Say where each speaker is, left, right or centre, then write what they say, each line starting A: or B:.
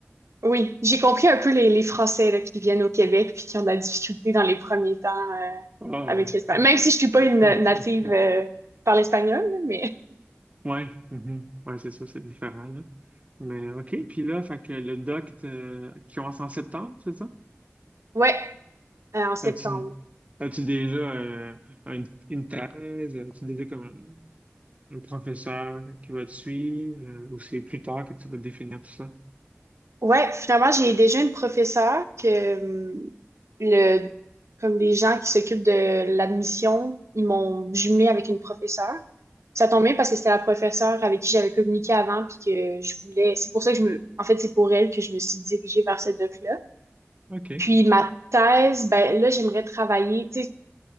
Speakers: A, on the right; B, on the right.
A: Oui, j'ai compris un peu les, les Français là, qui viennent au Québec puis qui ont de la difficulté dans les premiers temps euh,
B: Ah,
A: avec
B: ouais.
A: l'espagnol. Même si je suis pas une native
B: <laughs>
A: euh, par l'espagnol, là, mais
B: Ouais, mhm. Ouais, c'est sûr, c'est différent, là. Mais OK, puis là, fait que le doc te- qui commence en septembre, c'est ça?
A: ouais, euh, en septembre.
B: As-tu as-tu déjà euh, une, une thèse? As-tu déjà comme un, un professeur qui va te suivre? euh, ou c'est plus tard que tu vas définir tout ça?
A: Ouais, finalement, j'ai déjà une professeure que hum, le comme les gens qui s'occupent de l'admission, ils m'ont jumelée avec une professeure. Ça tombe bien parce que c'était la professeure avec qui j'avais communiqué avant puis que je voulais. C'est pour ça que je me. En fait, c'est pour elle que je me suis dirigée vers cette doc-là.
B: OK. Est-ce
A: Puis ma thèse, ben là, j'aimerais travailler. Tu sais,